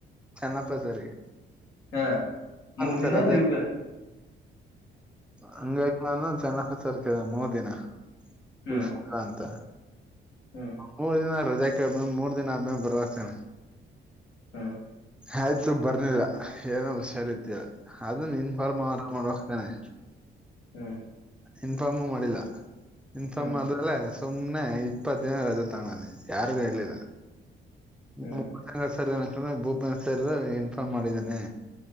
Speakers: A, in the centre; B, on the left.
A: ಚೆನ್ನಪ್ಪ ಸರ್ಗೆ
B: ಹಾ ಮೂರ್
A: ಸರ್
B: ದಿನ
A: ರಜೆ
B: ಲೀವ್ಗ
A: ಹಂಗಾಗಿ ನಾನ ಚನ್ನಪ್ಪ ಸರ್ಕ ಕ ಮೂರ ದಿನ
B: ಹ್ಮ್
A: ಉಷ ಅಂತ
B: ಹ್ಮ್
A: ಮೂರ್ ದಿನ ರಜಾ ಕೆ ಮೂರ ದಿನ ಆದ್ಮೇಲ ಬರ್ಬೇಕ ಅನಾ
B: ಹಾ
A: ಆಯ್ತು ಬರ್ನಿಲ್ಲ ಏನೋ ಹುಷಾರ ಅದು ಇನ್ಫಾರಮ್ ಅರ ಮಾಡ್ಬೇಕ ತಾನೇ
B: ಹಾ
A: ಇನ್ಫಾಮ ಮಾಡಿಲ್ಲ ಇನ್ಫಾಮ
B: ಹ್ಮ್
A: ಆದ ಅಲ್ಲ ಸುಮ್ನೆ ಇಪ್ಪತ್ತ ದಿನ ರಜ ತುದಾನೆ ಯಾರಗೂ ಹೇಳಿಲ್ಲ. <unintelligible>
B: ಹ್ಮ್
A: ಭೂಪೇನ್ ಸರ್ ಇನ್ಫಾರ್ಮ್ ಮಾಡಿದ್ದನೆ